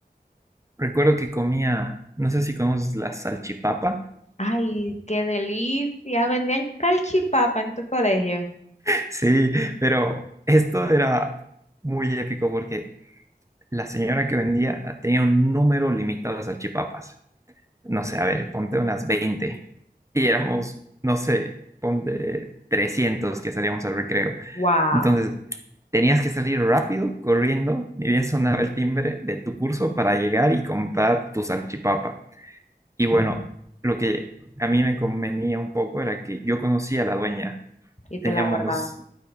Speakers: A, on the right; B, on the left.
A: recuerdo que comía, no sé si conoces la salchipapa.
B: Ay, qué delicia. Vendían calchipapa en tu colegio.
A: <laughs> Sí, pero esto era muy épico porque la señora que vendía tenía un número limitado de salchipapas. No sé, a ver, ponte unas 20 y éramos, no sé, ponte 300 que salíamos al recreo.
B: Wow.
A: Entonces, tenías que salir rápido, corriendo, ni bien sonaba el timbre de tu curso para llegar y comprar tu salchipapa. Y bueno, lo que a mí me convenía un poco era que yo conocía a la dueña.
B: Y te
A: Teníamos
B: la guardaba.